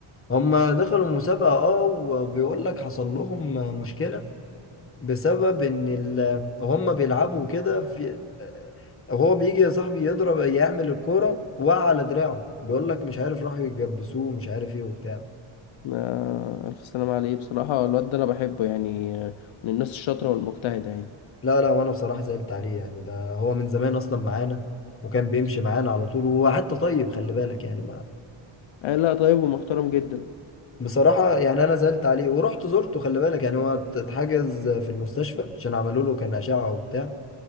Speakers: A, on the left; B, on the left.
A: هم دخلوا مسابقة اه وبيقول لك حصل لهم مشكلة بسبب ان ال... هم بيلعبوا كده في هو بيجي يا صاحبي يضرب يعمل الكورة وقع على دراعه بيقول لك مش عارف راحوا يجبسوه مش عارف ايه وبتاع
B: آه، ألف سلامة عليه بصراحة الواد ده أنا بحبه يعني آه، من الناس الشاطرة والمجتهدة يعني
A: لا لا وانا بصراحة زعلت عليه يعني ده هو من زمان اصلا معانا وكان بيمشي معانا على طول وهو حتى طيب خلي بالك يعني
B: آه لا طيب ومحترم جدا
A: بصراحة يعني أنا زعلت عليه ورحت زرته خلي بالك يعني هو ات- اتحجز في المستشفى عشان عملوا له كان أشعة وبتاع